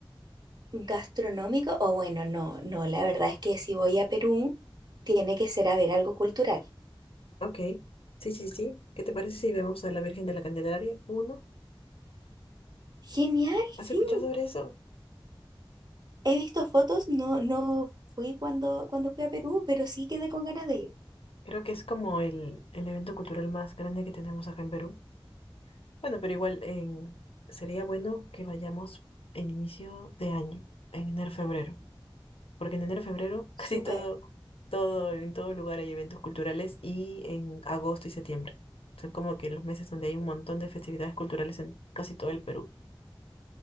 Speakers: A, on the right; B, on the left.
A: gastronómico, o bueno, no, no, la verdad es que si voy a Perú, tiene que ser a ver algo cultural.
B: Ok. Sí, sí, sí. ¿Qué te parece si vemos a la Virgen de la Candelaria? Uno.
A: Genial,
B: ¿Has
A: sí.
B: escuchado sobre eso?
A: He visto fotos, no, no fui cuando, cuando fui a Perú, pero sí quedé con ganas de ir.
B: Creo que es como el, el evento cultural más grande que tenemos acá en Perú. Bueno, pero igual en- sería bueno que vayamos en inicio de año, en enero, febrero. porque en enero, febrero, <laughs>
A: Súper.
B: casi todo, todo, en todo lugar hay eventos culturales y en agosto y septiembre. Son como que los meses donde hay un montón de festividades culturales en casi todo el Perú.